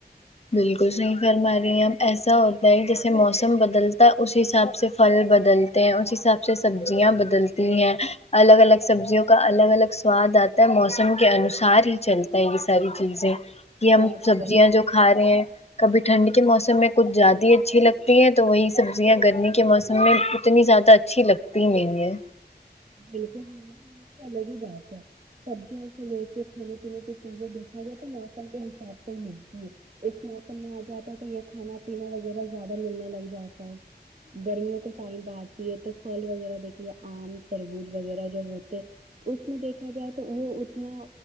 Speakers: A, on the left (about 35°); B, on the right (about 45°).
A: بالکل صحیح فرما ری آپ ایسا ہوتا ہے جیسے موسم بدلتا ہے اسی حساب سے پھل بدلتے ہیں اس حساب سے سبزیاں بدلتی ہیں الگ الگ سبزیوں کا الگ الگ سواد آتا ہے موسم کے انوسار ہی چلتا ہے یہ ساری چیزیں کہ ہم
B: بالکل
A: سبزیاں جو کھا رہے ہیں کبھی ٹھنڈ کے موسم میں کچھ زیادہ ہی اچھی لگتی ہیں تو وہی سبزیاں گرمی کے موسم میں اتنی زیادہ اچھی لگتی نئی ہے
B: بالکل الگ ہی بات ہے سبزیاں کو لیک کے کھانے پینے کی چیزیں دیکھا جائے تو موسم کے حساب سے ملتی ہے ایک موسم میں آ جاتا تو یہ کھانا پینا وغیرہ زیادہ ملنے لگ جاتا ہے گرمیوں کے ٹائم آتی ہے تو پھل وغیرہ دیکھیے آم تربوز وغیرہ جو ہوتے اس میں دیکھا جائے تو وہ اتنا